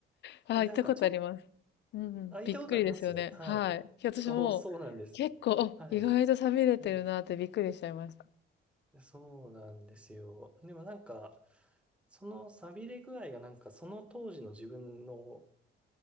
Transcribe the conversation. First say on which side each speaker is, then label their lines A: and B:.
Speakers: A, on the left (about 60°); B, in the centre.
A: ああ、
B: なんかちょっ
A: 行ったことあります。うん、
B: と、あ、
A: びっくりですよね。
B: 行ったことありますはい。
A: はい。私も結構、
B: そう、そうなんです。
A: あ意外と寂れてるなってびっくりしちゃいました。
B: はい。ね、そうなんですよ。でもなんか、その寂れ具合がなんか、その当時の自分の、